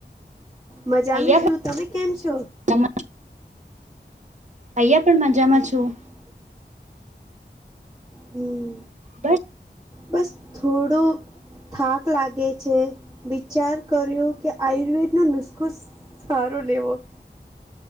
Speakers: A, on the right (about 25°); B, on the right (about 40°).
A: મજામે
B: અહીંયા
A: શું તમે કેમ છો?
B: પણ અહીંયા પણ મજામાં
A: હમ
B: છું.
A: હમ્મ
B: બસ
A: બસ થોડો. થાક લાગે છે વિચાર કર્યું કે આયુર્વેદનો નુસખો સારો લેવો. <inaudible>